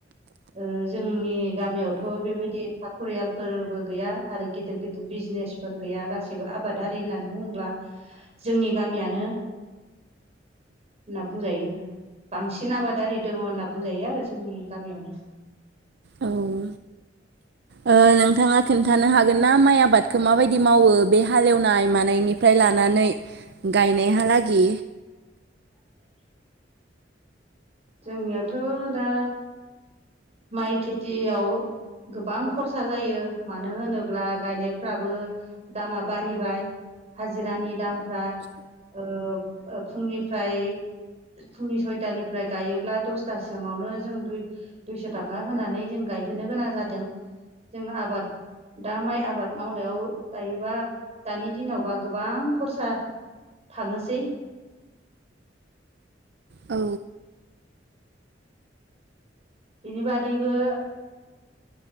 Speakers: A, on the right; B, on the right.
A: ओ जोंनि गामियावथ' बेबायदि साखरियालफोरबो गैया आरो गिदिर गिदिर बिजनेसफोर गैया गासैबो आबादारि होननानै बुंङोब्ला जोंनि गामियानो होनना बुंजायो बांसिन आबादारि दङ होनना बुं बुंजायो आरो जोंनि गामियावनो
B: औ ओ नोंथाङा खोन्थानो हागोन ना माइ आबादखो माबायदि मावो बे हालेवनाय मानायनिफ्राय लानानै गायनायहालागि
A: <unintelligible> जोंनियाथ' दा माइ खेथियाव गोबां खरसा जायो मानो होनोब्ला गायनायफ्राबो दामा बारिबाय हाजिरानि दामफ्रा ओ ओ फुंनिफ्राय फुंनि सय- तानिफ्राय गायोब्ला दसथासिमावनो जों दुइ दुइस' थाखा होनानै जों गायहोनो गोनां जादों जोङो आबाद दा माइ आबाद मावनायाव जायोबा दानि दिनावबा गोबां खरसा थांङोसै
B: औ
A: बिनि बादैबो